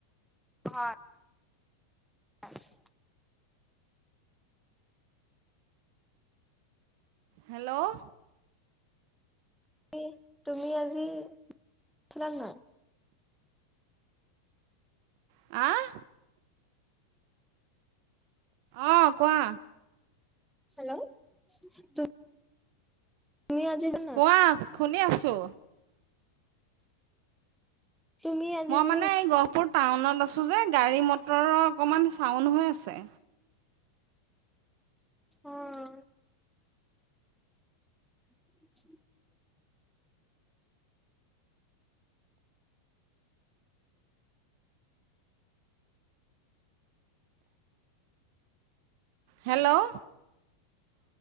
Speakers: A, in the centre; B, on the right.
A: হয় <unintelligible>
B: হেল্লৌ'
A: ই তুমি আজি উঠিলানে নাই।
B: আঁ' অঁ' কোৱা।
A: হেল্লৌ' তু- তুমি আজি যা-
B: কোৱা, শুনি আছো।
A: তুমি আজি
B: মই
A: বোলো
B: মানে এই গহপুৰ টাউনত আছোঁ যে গাড়ী মটৰৰ অকমান চাউণ্ড হৈ আছে।
A: অঁ' <inaudible>
B: হেল্লৌ'